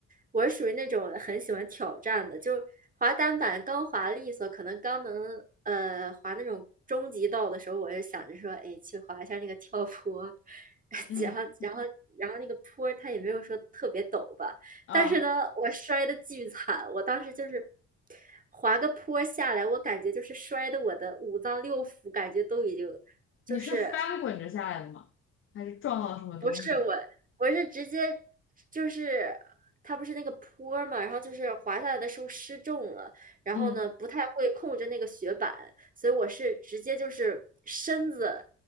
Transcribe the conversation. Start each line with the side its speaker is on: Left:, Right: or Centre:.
Right: 我是属于那种很喜欢挑战的，就滑单板刚滑利索，可能刚能呃滑那种终极道的时候，我就想着说，哎，去滑一下那个跳坡，<laughs>
Left: 嗯
Right: 然后然后然后那个坡它也没有说特别陡吧，
Left: 啊，
Right: 但是呢，我摔的巨惨，我当时就是。滑个坡下来，我感觉就是摔的我的五脏六腑感觉都已经就是
Left: 你是翻滚着下来的吗？还是撞到了什么东西？
Right: 不是我，我是直接就是它不是那个坡儿嘛，然后就是滑下来的时候失重了，然后呢不太会控制那个雪板，
Left: 嗯。
Right: 所以我是直接就是身子